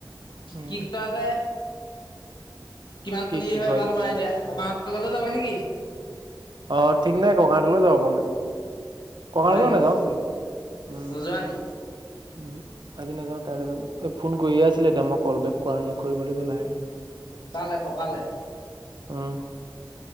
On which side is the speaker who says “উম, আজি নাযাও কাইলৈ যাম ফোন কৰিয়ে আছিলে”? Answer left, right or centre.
Right